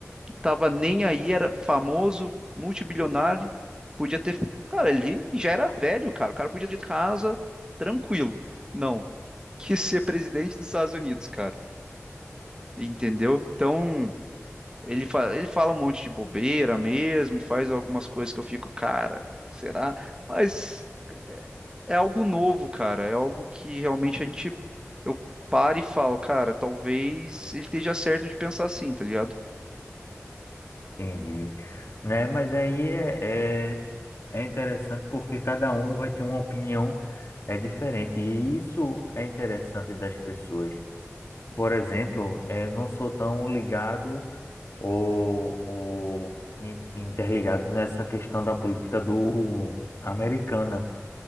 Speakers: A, on the right; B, on the left.
A: tava nem aí, era famoso, multibilionário, podia ter, cara, ele já era velho, cara, o cara podia ter casa tranquilo. Não, quis ser presidente dos Estados Unidos, cara. Entendeu? Então, Ele fala, ele fala um monte de bobeira mesmo, faz algumas coisas que eu fico, cara, será? Mas é é algo novo, cara. É algo que realmente a gente, eu paro e falo, cara, talvez ele esteja certo de pensar assim, tá ligado?
B: entendi. Né? Mas aí é, é, é interessante porque cada um vai ter uma opinião é diferente. E isso é interessante das pessoas. Por exemplo, eu não sou tão ligado ou, ou in- interligado nessa questão da política do americana.